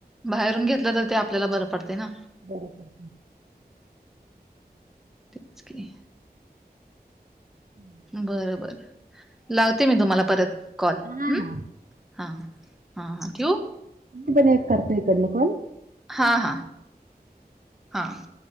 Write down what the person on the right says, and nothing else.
बरोबर
हम्म
हा हा
म पण एक करतोय कॉल.